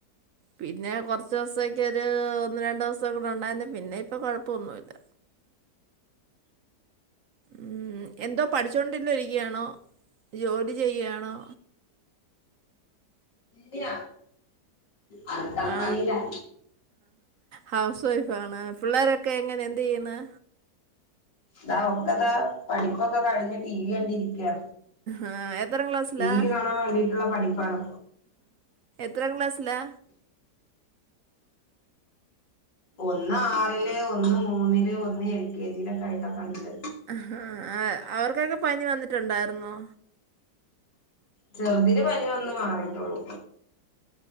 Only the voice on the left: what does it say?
ഇല്ല്യ അടുക്കള
പണീലാ
താ ഒക്കതാ പഠിപ്പൊക്കെ കഴിഞ്ഞ് ടി വി കണ്ടി ഇരിക്കാ
ടി വി കാണാൻ വേണ്ടീട്ടുള്ള പഠിപ്പാണ്
ഒന്ന് ആറില്, ഒന്ന് മൂന്നില്, ഒന്ന് എൽ കെ ജിയിലൊക്കെ ആയിട്ടൊക്കെ ഇണ്ട്.
ചെറുതിന് പനി വന്ന് മാറിട്ടോള്ളൂ